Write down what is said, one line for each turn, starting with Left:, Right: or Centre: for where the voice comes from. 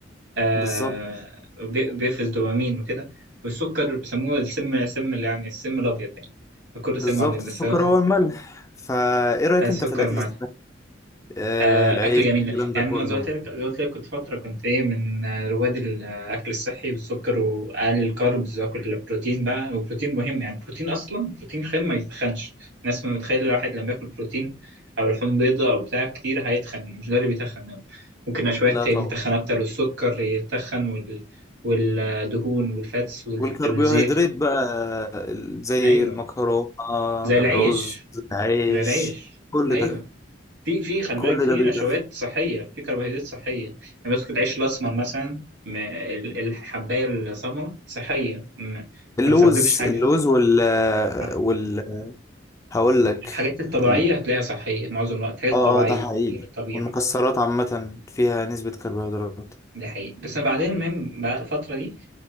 Right: آه
Left: بالظبط
Right: بي- بيفرز دوبامين وكده والسكر بيسموه السم سم اللي يعني السم الابيض يعني كله
Left: بالظبط
Right: سم ابيض
Left: السكر
Right: بس هو <laughs>
Left: هو الملح فايه رايك
Right: السكر
Left: انت في الاكل
Right: مع
Left: الصحي آه
Right: آه،
Left: العيش
Right: اكل جميل
Left: الكلام
Right: ده يعني
Left: ده كله
Right: انا زي ما قلت لك زي ما قلت لك كنت فتره كنت ايه من آه، رواد الاكل الصحي والسكر واقل الكاربز واكل البروتين بقى والبروتين مهم يعني البروتين اصلا بروتين خام ما يتخنش الناس ما متخيله الواحد لما ياكل بروتين او لحوم بيضاء او بتاع كتير هيتخن مش ده اللي بيتخن ممكن شويه
Left: لا
Right: يتخن
Left: طبعا
Right: اكتر والسكر يتخن وال... والدهون والفاتس وال...
Left: والكربوهيدرات
Right: والزيت
Left: بقى آه، زي
Right: ايوه
Left: المكرونه
Right: زي العيش
Left: الرز العيش
Right: زي العيش
Left: كل
Right: أيوه.
Left: ده
Right: في في خلي
Left: كل
Right: بالك في
Left: ده بيتاخد
Right: نشويات صحية في كربوهيدرات صحية يعني بس العيش الأسمر مثلا م- ال- الحباية السمراء صحية م-
Left: اللوز
Right: ما تسببش حاجة
Left: اللوز وال
Right: صح
Left: وال هقول لك
Right: الحاجات الطبيعية
Left: ال-
Right: هتلاقيها صحية معظم الوقت حاجات
Left: اه
Right: طبيعية
Left: آه، ده حقيقي
Right: بتيجي من الطبيعة
Left: والمكسرات عامه فيها نسبه كربوهيدرات
Right: دي حقيقة بس بعدين من بقى الفترة دي